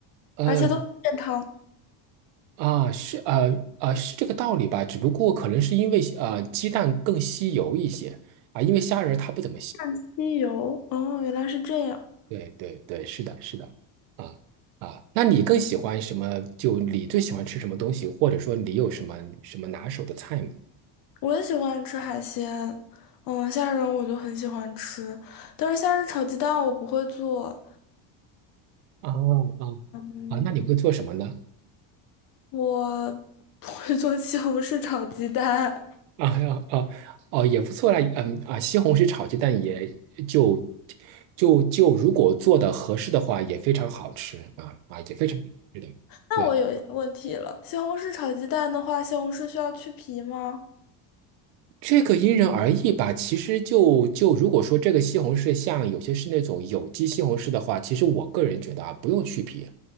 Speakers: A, on the right; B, on the left.
A: 呃，
B: 而且都很健康。
A: 啊，是呃呃是这个道理吧？只不过可能是因为呃鸡蛋更吸油一些啊，因为虾仁儿它不怎么吸。
B: 鸡油，哦，原来是这样。
A: 对对对，是的，是的，啊啊，那你更喜欢什么？就你最喜欢吃什么东西，或者说你有什么什么拿手的菜吗？
B: 我也喜欢吃海鲜，嗯，虾仁我就很喜欢吃，但是虾仁炒鸡蛋我不会做。
A: 啊啊
B: 嗯。
A: 啊，那你会做什么呢？
B: 我不会做西红柿炒鸡蛋。
A: <laughs> 啊呀啊哦，也不错啦，嗯啊，西红柿炒鸡蛋也就就就如果做的合适的话，也非常好吃啊啊，也非常好吃的。
B: 那我有一些问题了，
A: 对
B: 西红柿炒鸡蛋的话，西红柿需要去皮吗？
A: 这个因人而异吧。其实就就如果说这个西红柿像有些是那种有机西红柿的话，其实我个人觉得啊，不用去皮